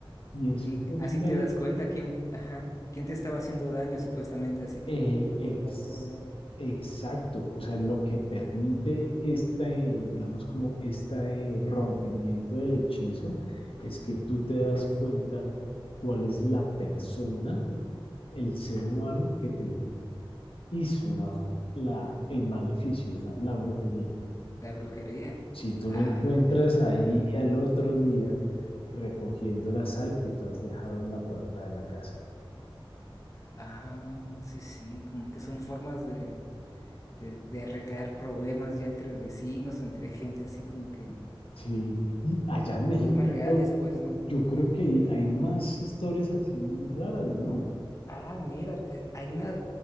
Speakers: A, on the left; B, on the left.
A: y es
B: Y
A: única
B: así te
A: y
B: das cuenta quién, ajá, quién te estaba haciendo daño, supuestamente, así te
A: eh,
B: puedes
A: ex-
B: dar cuenta.
A: exacto, o sea, lo que permite este, digamos, como este rompimiento del hechizo es que tú te das cuenta cuál es la persona, el ser humano que te hizo la, la, el maleficio, la, la brujería.
B: La brujería.
A: Si tú
B: Ah,
A: lo encuentras
B: caray,
A: ahí
B: ajá.
A: al otro día recogiendo la sal que tú has dejado en la puerta de la casa.
B: Ah, sí, sí, como que son formas de, de, de arreglar problemas ya entre vecinos, entre gente así como que
A: Sí, y allá en México
B: Problema
A: yo
B: real
A: creo,
B: y después, ¿no?
A: yo creo que hay, hay más historias así raras, ¿no?
B: Ah, mira, eh, hay una